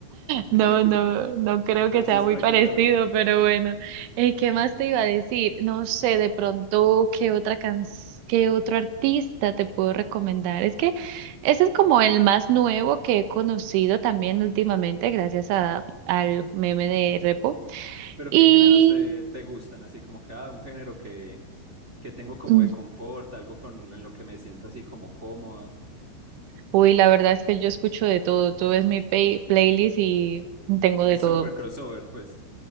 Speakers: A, on the right; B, on the right.
A: <laughs>
B: No, no, no creo
A: A
B: que
A: ver
B: sea
A: si es
B: muy
A: prácticamente.
B: parecido, pero bueno. Eh, ¿qué más te iba a decir? No sé, de pronto, ¿qué otra can... qué otro artista te puedo recomendar? Es que ese es como el más nuevo que he conocido también últimamente, gracias a, al meme de Repo.
A: Pero
B: Y,
A: ¿qué géneros te, te gustan? Así como que ah, un género que, que tengo como
B: mm,
A: de confort, algo con en lo que me siento así como cómodo.
B: uy, la verdad es que yo escucho de todo. Tú ves mi pay- playlist y tengo
A: Es
B: de todo.
A: súper crossover, pues.